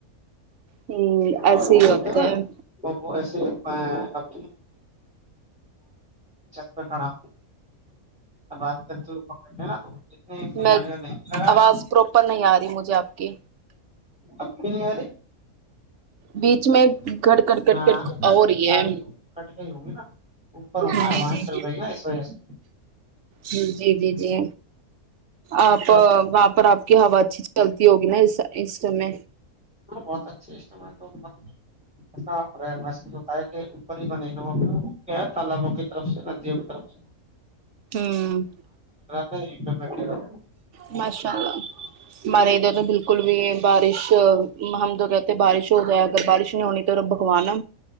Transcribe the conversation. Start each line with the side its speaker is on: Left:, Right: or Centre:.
Right: ہوں ایسے
Centre: اور وہ
Right: ہی
Centre: بولتے
Right: ہوتا
Centre: ہیں نا
Right: ہے
Centre: وہ ایسے آپ چ پہ کھڑا میں بات کرتے ہو پکڑ ل نا تو جتنی اتنی
Right: میں
Centre: گالیاں دی لگا
Right: آواز
Centre: رہے ہیں
Right: پراپر نہیں آ مجھے آپ کی
Centre: اب نہیں والی
Right: بیچ میں گٹ گٹ گٹ
Centre: ہاں
Right: گٹ
Centre: کٹ
Right: ہو ہے
Centre: آ رہی کٹ گئی ہگی نا اوپر ہوں میں
Right: جی
Centre: ہوائیں
Right: جی
Centre: چل رہی نا اس وجہ سے
Right: جی جی جی جی آپ
Centre: مطلب
Right: وہاں پر آپ کی ہوا اچھی چلتی ہوگی نا اس اس سٹے
Centre: ہاں بہت اچھے اسٹم ہے تو مطلب ایسا اور محسوس ہوتا ہے کہ ہی بنے گا وہاں ہے تالابوں کی طرف سے ندیوں کی طرف سے
Right: ہوں
Centre: نہیں کیالا
Right: ہمارے ادھر تو بالکل بھی بارش ہم تو کہتے بارش ہو جائے اگر بارش نہیں ہونی تو بھگوانا